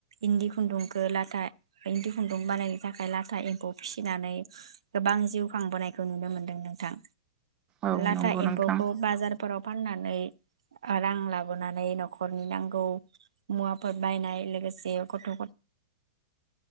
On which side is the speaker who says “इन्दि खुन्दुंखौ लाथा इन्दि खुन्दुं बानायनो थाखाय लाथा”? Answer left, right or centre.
Right